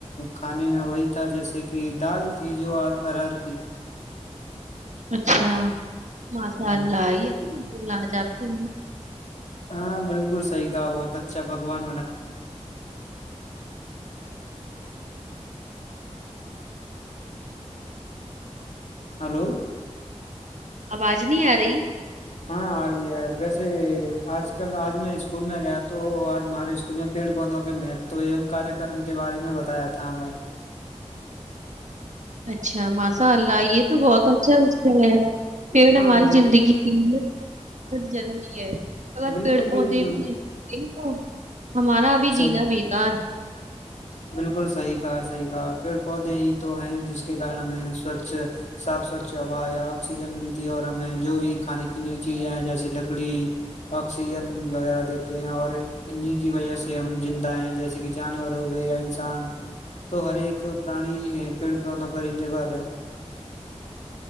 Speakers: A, on the left (about 70°); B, on the right (about 85°).
A: کھانے میں وہی تھا جیسے کہ دال تھی جو آج ارر کی
B: اچھا مسا
A: ہ
B: لائی تو ج آپ کے
A: ہاں بالکل صحیح کا بہت اچھا پکوان۔ ہلو۔
B: آواز نہیں آ رہی۔
A: ہاں آ رہی ہے ویسے آج کل آج میں اسکول میں گیا تو آج ہمارے اسکول میں پیڑ پودوں کے کار کرم کے بارے میں بتایا تھا ہمیں۔
B: اچھا۔ <inaudible> اچھا ماشاء اللہ یہ تو بہت اچھا استا ہے پیڑ
A: ہاں
B: ہماری
A: بالکل
B: زندگی کی <inaudible> ضروری۔ اگر
A: بالکل
B: پیڑ پودے
A: بالکل
B: بھی د تو <inaudible> ہمارا ابھی جینا
A: صحیح
B: بیکار ہے۔
A: بالکل صحیح کہا۔ صحیح کہا پیڑ پودے ہی تو ہے جس کے کارن ہمیں سوچھ صاف سوچھ ہوا یا آکسیجن ملتی ہے اور ہمیں جو بھی کھانے پینے کی چیزیں ہیں جیسے لکڑی آکسیجن وغیرہ دیتے ہیں اور انہی کی وجہ سے۔ ہم زندہ ہیں جیسے کہ جانور ہو گئے یا انسان تو ہر ایک پرانی پیڑ پودوں پر ہی نربھر رہے۔